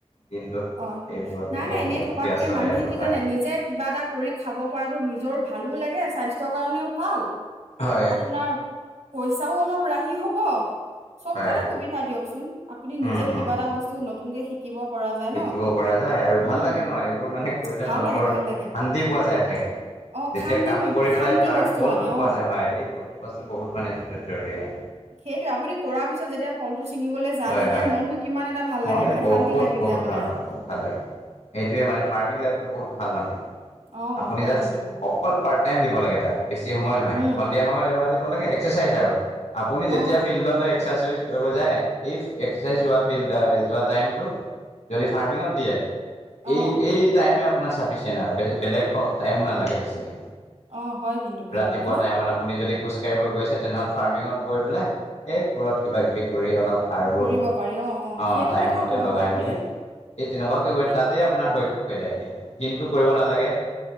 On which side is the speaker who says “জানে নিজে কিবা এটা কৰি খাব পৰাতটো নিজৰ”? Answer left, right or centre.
Right